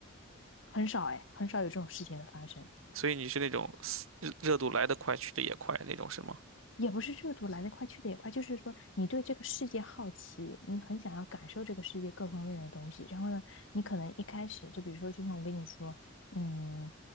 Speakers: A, on the left; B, on the right.
A: 很少哎，很少有这种事情的发生。
B: 所以你是那种热热度来得快，去得也快那种，是吗？
A: 也不是热度来得快去得也快，就是说你对这个世界好奇，你很想要感受这个世界各方面的东西。然后呢，你可能一开始就比如说，就像我跟你说，嗯，